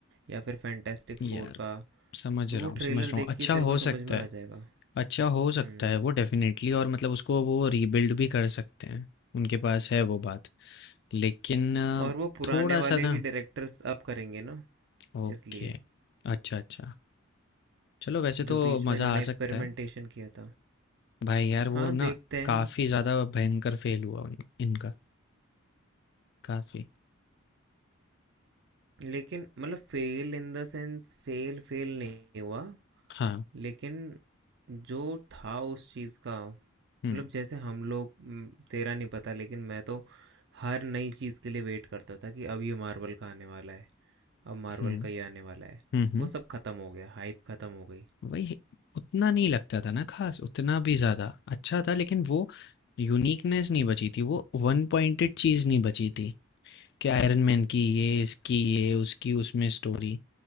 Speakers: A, on the right; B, on the left.
A: या फिर फैंटेस्टिक
B: यार
A: फोर का
B: समझ
A: तो
B: रहा
A: वो
B: हूँ, समझ
A: ट्रेलर
B: रहा हूँ।
A: देख
B: अच्छा
A: के तेरे को
B: हो सकता
A: समझ में
B: है,
A: आ जाएगा
B: अच्छा हो सकता
A: हम्म
B: है वो डेफ़िनेटली और मतलब उसको वो रीबिल्ड भी कर सकते हैं। उनके पास है वो बात। लेकिन अ,
A: और वो पुराने
B: थोड़ा-सा
A: वाले
B: ना
A: ही डायरेक्टर्स अब करेंगे ना
B: ओके।
A: इसलिए
B: अच्छा, अच्छा। चलो वैसे
A: जो
B: तो
A: बीच
B: मज़ा
A: में इन्होंने
B: आ
A: एक्सपेरिमेंटेशन
B: सकता है।
A: किया था
B: भाई यार
A: हाँ
B: वो ना
A: देखते
B: काफ़ी
A: हैं
B: ज़्यादा भयंकर फ़ेल हुआ उन इनका काफ़ी।
A: लेकिन मतलब fail in the sense fail fail नहीं हुआ
B: हाँ।
A: लेकिन जो था उस चीज़ का मतलब
B: हुँ,
A: जैसे हम लोग म, तेरा नहीं पता लेकिन मैं तो हर नई चीज़ के लिए वेट करता था कि अब ये मार्वल का आने वाला है अब मार्वल
B: हुँ।
A: का ये आने वाला है
B: हुँ, हुँ।
A: वो सब ख़त्म हो गया हाइप ख़त्म हो गई
B: वही है, उतना नहीं लगता था ना ख़ास, उतना भी ज़्यादा। अच्छा था लेकिन वो यूनिकनेस नहीं बची थी, वो वन पॉइंटेड चीज़ नहीं बची थी कि आयरन मैन की ये, इसकी ये, उसकी उसमें स्टोरी।